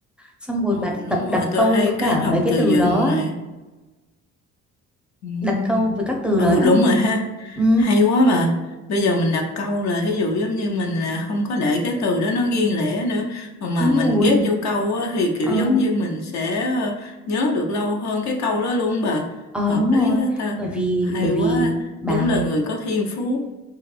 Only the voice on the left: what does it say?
Ồ
đúng
rồi, tôi
thấy
cái
học
từ
vựng
này. Ừ
Ừ,
đúng rồi ha,
hay quá bà. Bây giờ mình đặt câu là thí dụ giống như mình là không có để cái từ đó nó riêng lẻ nữa, mà mà
mình
ghép vô câu á, thì kiểu
giống như mình sẽ ờ, nhớ được lâu hơn cái câu đó luôn bà.
Hợp
lý hết ta,
hay
quá,
đúng là người có thiên phú.